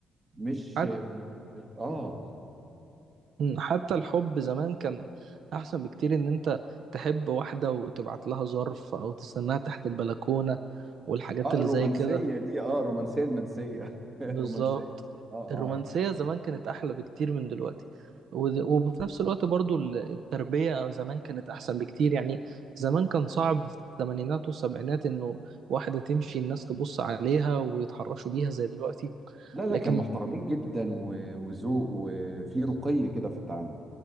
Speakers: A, on the right; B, on the right.
A: مش
B: حتى
A: اه
B: حتى الحب زمان كان أحسن بكتير إن أنت تحب واحدة وتبعت لها ظرف أو تستناها تحت البلكونة والحاجات
A: اه
B: اللي
A: الرومانسيه
B: زي كده
A: دي اه الرومانسيه المنسيه <laughs> الرومانسيه
B: بالظبط
A: دي اه اه
B: الرومانسية
A: آه.
B: زمان كانت أحلى بكتير من دلوقتي وز- وفي نفس الوقت برضو ال- التربية أو زمان كانت أحسن بكتير يعني زمان كان صعب في الثمانينات والسبعينات إنه واحدة تمشي الناس تبص عليها ويتحرشوا بيها زي دلوقتي
A: لا لا
B: لكن
A: كان محترمين جدا و- وذوق وفي رقي كده في التعامل